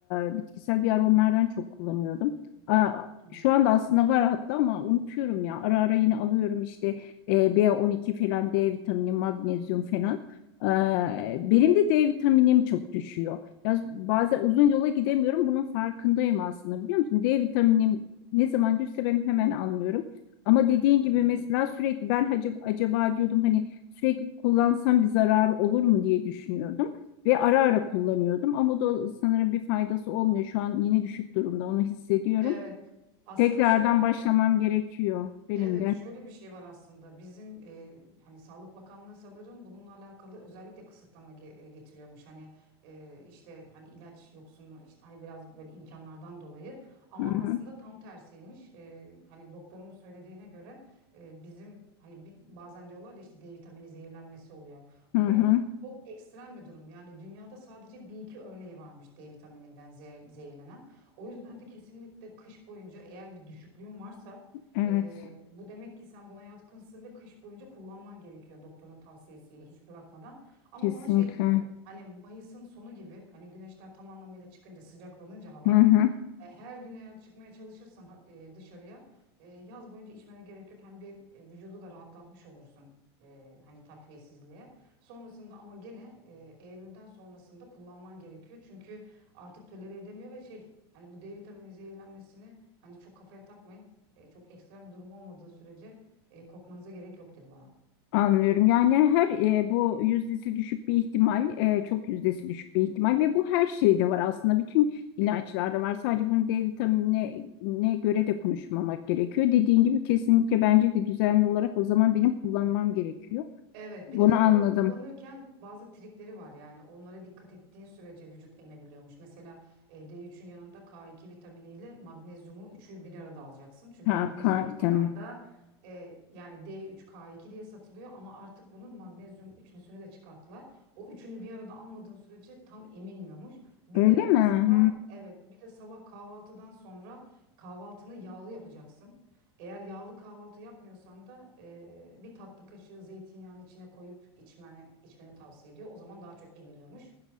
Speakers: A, on the left; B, on the right.
A: Ee, bitkisel bir ara onlardan çok kullanıyordum. Aa,
B: Hı hı.
A: şu anda aslında var hatta ama unutuyorum ya. Ara ara yine alıyorum işte. E, b on iki falan, D vitamini, magnezyum falan. Ee,
B: Evet.
A: benim de D vitaminim çok düşüyor. Ya bazen uzun yola gidemiyorum. Bunun farkındayım aslında biliyor musun? D vitaminim ne zaman düşse ben hemen anlıyorum. Ama dediğin gibi
B: Hı hı.
A: mesela sürekli ben acaba, acaba diyordum hani sürekli kullansam bir zarar olur mu diye düşünüyordum. Ve ara ara kullanıyordum ama da sanırım bir faydası olmuyor. Şu an yine düşük durumda onu hissediyorum.
B: Evet. Aslında
A: Tekrardan
B: şöyle
A: başlamam gerekiyor benim
B: Evet,
A: de.
B: şöyle bir şey var aslında. Bizim e, hani Sağlık Bakanlığı sanırım bununla alakalı özellikle kısıtlama ge- e, getiriyormuş. Hani e, işte hani ilaç yoksunluğu işte hani biraz böyle imkanlardan dolayı ama
A: Hı hı.
B: aslında tam tersiymiş. E, hani doktorumun söylediğine göre e, bizim hani bir, bazen diyorlar ya işte D vitamini zehirlenmesi oluyor.
A: Hı
B: Bu
A: hı.
B: Çok ekstrem bir durum. Yani dünyada sadece bir iki örneği varmış D vitamininden zehir- zehirlenen. O yüzden de kesinlikle kış boyunca eğer bir düşüklüğün varsa
A: Evet,
B: ee, bu demek ki sen buna yatkınsın ve kış boyunca kullanman gerekiyor doktorun tavsiyesiyle hiç bırakmadan. Ama
A: kesinlikle.
B: bana şey dedi hani Mayıs'ın sonu gibi hani güneşler tam anlamıyla çıkınca sıcaklanınca hava
A: Hı hı,
B: e, Her gün eğer çıkmaya çalışırsan e, dışarıya e, yaz boyunca içmene gerek yok. Hem bir e, vücudu da rahatlatmış olursun. e, hani takviyesizliğe. Sonrasında ama gene e, Eylül'den sonrasında kullanman gerekiyor. Çünkü artık tolere edemiyor ve şey hani bu D vitamini zehirlenmesini hani çok kafaya takmayın. E, çok ekstrem bir durum olmadığı sürece e, korkmanıza gerek yok dedi bana.
A: anlıyorum. Yani her e, bu yüzdesi düşük bir ihtimal, e, çok yüzdesi düşük bir ihtimal ve bu her şeyde var aslında. Bütün ilaçlarda var. Sadece bunu D vitaminine ne göre de konuşmamak gerekiyor. Dediğin gibi kesinlikle bence de düzenli olarak o zaman benim kullanmam gerekiyor.
B: Evet,
A: Bunu
B: bir de tabii
A: anladım.
B: onu kullanırken bazı trikleri var yani onlara dikkat ettiğin sürece vücut emebiliyormuş. Mesela e, D3'ün yanında K2 vitaminiyle magnezyumu üçü bir arada alacaksın. Çünkü
A: Ha,
B: magnezyum
A: K
B: olmadan
A: vitamini.
B: da e, yani D3 K2 diye satılıyor ama artık bunun magnezyum üçlüsünü de çıkarttılar. O üçünü bir arada almadığın sürece tam emilmiyormuş. Bir
A: Öyle
B: de
A: mi?
B: sabah evet bir de sabah kahvaltıdan sonra kahvaltını yağlı yapacaksın. Eğer yağlı kahvaltı yapmıyorsan da eee, bir tatlı kaşığı zeytinyağını içine koyup içmeni, içmeni tavsiye ediyor. O zaman daha çok emiliyormuş.